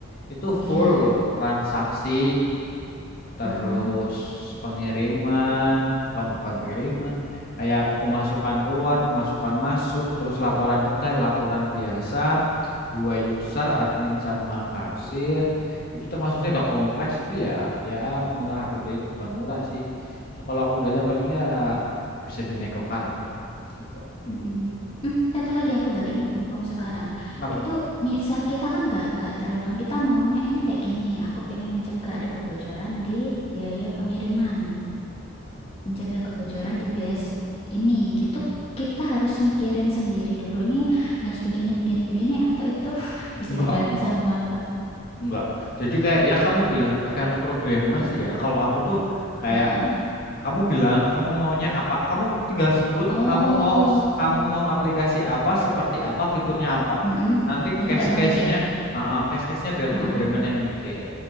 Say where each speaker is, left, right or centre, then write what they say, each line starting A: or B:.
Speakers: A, on the left; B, on the left.
A: itu
B: ya.
A: full transaksi terus
B: Heeh.
A: pengiriman, bukan bukan pengiriman, kayak pemasukan keluar, pemasukan masuk, terus laporan detail, laporan biasa, dua user, admin sama kasir. Itu termasuknya udah kompleks itu ya, ya murah itu itu bukan murah sih. Itu kalau aku jualnya paling ya bisa dinegokan lah gitu.
B: Mm-mm. Hmm, satu lagi aku baru ingat mumpung sekarang.
A: Kenapa
B: Itu
A: tuh?
B: misal kita kan nggak nggak terlalu paham. Kita maunya ini kayak gini. Aku pengen mencegah ada kebocoran di biaya pengiriman. mencegah kebocoran di bias ini gitu kita harus mikirin sendiri dulu nih harus begini begini begini atau itu <laughs> bisa
A: Enggak,
B: dibantu
A: enggak,
B: sama kak
A: enggak. Jadi kayak ya kamu bilang tergantung programmer sih ya. Kalau aku tuh kayak
B: Heeh.
A: Kamu bilang kamu maunya apa? Kamu tinggal sebut
B: oh
A: kamu mau kamu mau aplikasi apa, seperti apa, fiturnya apa.
B: mm
A: Nanti
B: jadi
A: case-case-nya,
B: nggak perlu mikir
A: ah, ah, case-case-nya biar
B: Heeh.
A: programmernya yang mikir.